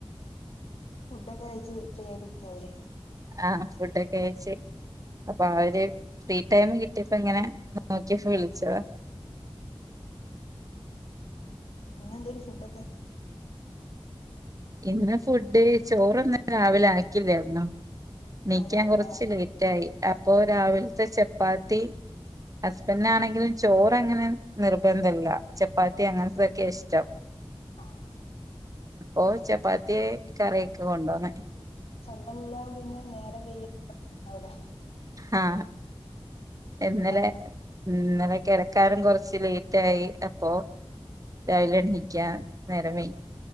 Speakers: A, on the left; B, on the right.
A: ഫുഡൊക്കെ കഴച്ച് ഫ്രീ ആയിട്ട് ഇചിരിനേരം അവിടെ
B: ആഹ് ഫുഡൊക്കെ കഴച്ച് അപ്പൊ അവര് ഫ്രീ ടൈം കിട്ടിയപ്പോ ഇങ്ങനെ നോക്കി വിളിച്ചത
A: എങ്ങനുണ്ട് ഫുഡൊക്കെ
B: ഇന്ന് ഫുഡ് ചോറൊന്നും രാവിലെ ആക്കില്ലായിാരുന്നു വയ്
A: ആ
B: ക്കാൻ
A: രാവിലെ
B: കുറച്ച് ലേറ്റെ ആയി അപ്പൊ രാവിലത്തെ
A: ആഹ്
B: ചപ്പാത്തി ഹുസ്ബൻഡ് ആണെങ്കിലും ചോറങ്ങ ങ്ങനെ നിർബന്ധമല്ല ചപ്പാത്തി അങ്ങനത്തെ
A: ആഹ്
B: ക്കെ ഇഷ്ടം
A: ആഹ്
B: ഓ ചപ്പാത്തിയെ കറി യൊക്കെയാകൊണ്ട് പൊന്നെ
A: സ്വന്തം വീടാകുമ്പം പിന്നെ നേരം വൈകിയാലും അറിഞ്ഞിട്ടുണ്ടാവില്ല
B: ആഹ ഇന്നലെ
A: പ്രശ്നം
B: ഇന്നലെ കട കിടക്കാനും കുറച്ച് ലേറ്റ് ആയി അപ്പൊ രാവിലെ എണിക്കാൻ നേരം വൈകി